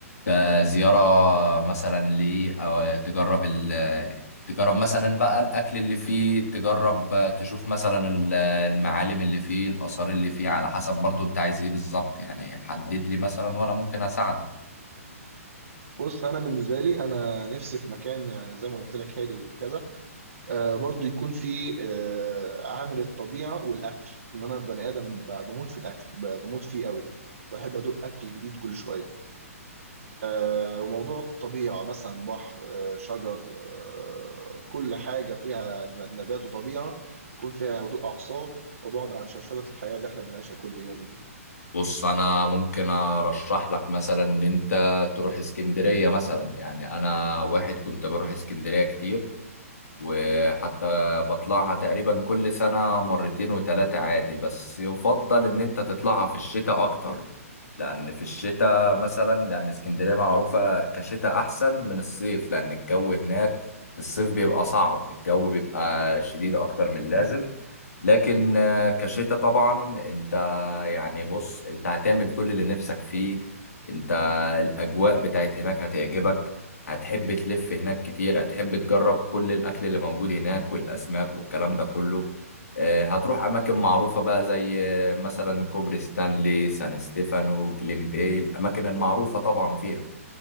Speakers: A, on the left; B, on the right.
A: آه، زيارة مثلا ليه أو تجرب ال تجرب مثلا بقى الأكل اللي فيه تجرب آه، تشوف مثلا ال- المعالم اللي فيه الآثار اللي فيه على حسب برضو أنت عايز إيه بالظبط يعني حدد لي مثلا وأنا ممكن أساعدك
B: بص انا بالنسبه لي انا نفسي في مكان يعني زي ما قلت لك هادي وكذا آه، برضو يكون في آه، عامل الطبيعة والأكل لأن أنا بني آدم ب- بموت في الأكل ب- بموت فيه قوي بحب أدوق أكل جديد كل شوية آه، وموضوع الطبيعة مثلا بحر آه، شجر آه، كل حاجة فيها ن- نبات وطبيعة يكون فيها هدوء أعصاب وبعد عن شوشرة الحياة اللي احنا بنعيشها كل يوم دي
A: بص انا ممكن ارشح لك مثلا ان انت تروح اسكندريه مثلا يعني انا واحد كنت بروح اسكندريه كتير وحتى بطلعها تقريبا كل سنة مرتين وتلاتة عادي بس يفضل إن أنت تطلعها في الشتاء أكتر لأن في الشتاء مثلا لأن اسكندرية معروفة كشتاء أحسن من الصيف لأن الجو هناك في الصيف بيبقى صعب الجو بيبقى شديد أكتر من اللازم لكن آه، كشتاء طبعا أنت يعني بص أنت هتعمل كل اللي نفسك فيه أنت الأجواء بتاعت هناك هتعجبك هتحب تلف هناك كتير هتحب تجرب كل الأكل اللي موجود هناك والأسماك والكلام ده كله آه، هتروح أماكن معروفة بقى زي آه، مثلا كوبري ستانلي سان ستيفانو جليم باي الأماكن المعروفة طبعا فيها